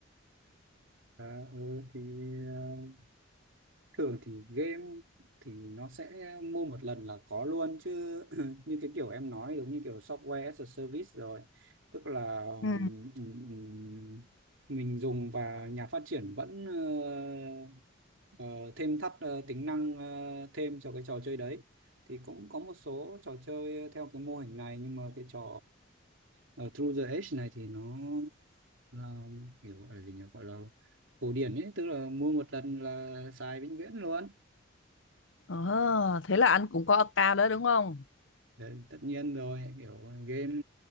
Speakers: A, on the right; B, on the left.
A: à ừ, thì ờ, thường thì game thì nó sẽ mua một lần là có luôn chứ <clears throat> như cái kiểu em nói giống như kiểu software as a service rồi tức là ừm,
B: Ừ.
A: ừm, mình dùng và nhà phát triển vẫn ờ, ờ, thêm thắt ờ, tính năng ờ, thêm cho cái trò chơi đấy thì cũng có một số trò chơi theo cái mô hình này nhưng mà cái trò ờ, ờ, Through the Edge này thì nó là kiểu gọi là gì nhỉ gọi là cổ điển ấy tức là mua một lần là xài vĩnh viễn luôn
B: Ờ, thế là anh cũng có account đó đúng không?
A: Đấy, tất nhiên rồi kiểu game